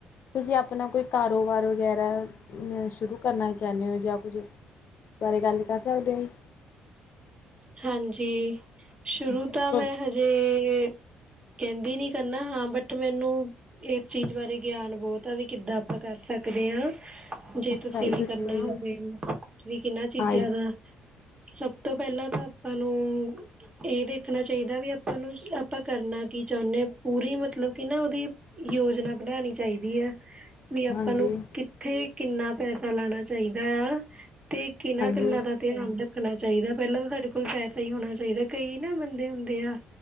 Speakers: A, on the left; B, on the right.
A: ਤੁਸੀਂ ਆਪਣਾ ਕੋਈ ਕਾਰੋਬਾਰ ਵਗੈਰਾ, ਸ਼ੁਰੂ ਕਰਨਾ ਚਾਹੁੰਦੇ ਹੋ ਜਾਂ ਕੁਝ ਓਸ ਬਾਰੇ ਗੱਲ ਕਰ ਸਕਦੇ ਹੋ ਜੀ।
B: ਹਾਂਜੀ। ਸ਼ੁਰੂ
A: ਅੱਛਾ
B: ਤਾਂ
A: ਤੁਹਾ-
B: ਮੈਂ ਹਜੇ ਕਹਿੰਦੀ ਨੀ ਕਰਨਾ, ਹਾਂ ਬਟ ਮੈਨੂੰ ਏਸ ਚੀਜ਼ ਬਾਰੇ ਗਿਆਨ ਬਹੁਤ ਆ ਵੀ, ਕਿੱਦਾਂ ਆਪਾਂ ਕਰ ਸਕਦੇ ਹਾਂ? ਜੇ
A: ਅੱਛਾ
B: ਤੁਸੀਂ
A: ਇਹ
B: ਵੀ ਕਰਨਾ
A: ਦੱਸੋ ਜੀ
B: ਹੋਵੇ, ਵੀ ਕਿਹਨਾਂ ਚੀਜ਼ਾਂ
A: ਹਾਂ ਜੀ,
B: ਦਾ ਸਭ ਤੋਂ ਪਹਿਲਾਂ ਤਾਂ ਆਪਾਂ ਨੂੰ ਇਹ ਦੇਖਣਾ ਚਾਹੀਦਾ ਵੀ ਆਪਾਂ ਨੂੰ ਆਪਾਂ ਕਰਨਾ ਕੀ ਚਾਹੁੰਨੇ? ਪੂਰੀ ਮਤਲਬ ਕਿ ਨਾ ਉਹਦੀ ਯੋਜਨਾ ਬਣਾਣੀ ਚਾਹੀਦੀ ਆ। ਵੀ ਆਪਾਂ
A: ਹਾਂਜੀ
B: ਨੂੰ ਕਿੱਥੇ, ਕਿੰਨਾ ਪੈਸਾ ਲਾਉਣਾ ਚਾਹੀਦਾ ਆ ਤੇ ਕਿੰਨਾ
A: ਹਾਂਜੀ
B: ਗੱਲਾਂ ਦਾ ਧਿਆਨ ਰੱਖਣਾ ਚਾਹੀਦਾ, ਪਹਿਲਾਂ ਤਾਂ ਸਾਡੇ ਕੋਲ ਲ' ਪੈਸਾ ਹੀ ਹੋਣਾ ਚਾਹੀਦਾ। ਕਈ ਨਾ ਬੰਦੇ ਹੁੰਦੇ ਆ